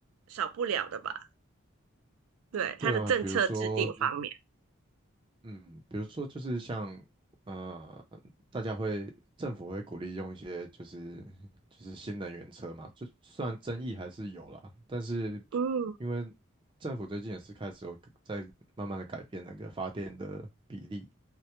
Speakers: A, on the right; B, on the right.
A: 少不了的的吧？对，
B: 对啊，
A: 对对，政策制定方面，
B: 比如说，嗯，比如说就是像呃，大家会政府会鼓励用一些就是就是新能源车嘛，就虽然争议还是有啦，但是
A: 嗯，
B: 因为政府最近也是开始有在慢慢的改变那个发电的比例，